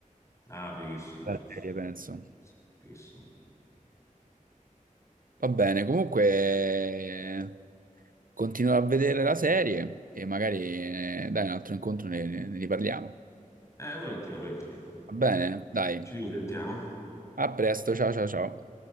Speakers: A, on the left; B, on the right.
A: Ah, fighissimo,
B: della
A: sì, sì.
B: serie, penso.
A: Fighissimo.
B: Va bene, comunque eh, continuo a vedere la serie e magari eh, dai un altro incontro ne ne riparliamo.
A: Eh, volentieri, volentieri.
B: Va bene, dai,
A: Ci risentiamo.
B: a presto, ciao ciao ciao.